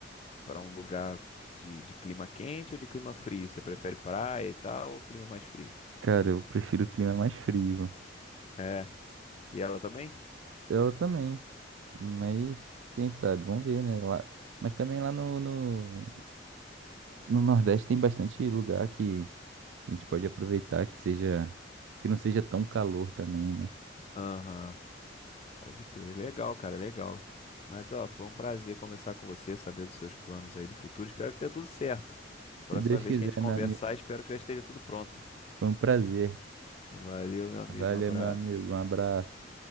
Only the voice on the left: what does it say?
para um lugar de, de clima quente ou de clima frio? Você prefere praia e tal ou clima mais frio?
É. E ela também?
Aham. Pode crer. Legal, cara, legal. Mas, ó, foi um prazer conversar com você, saber dos seus planos aí do futuro. Espero que dê tudo certo. Próxima
vez
que a gente conversar,
espero que já esteja tudo pronto.
Valeu, meu amigo.
Um abraço.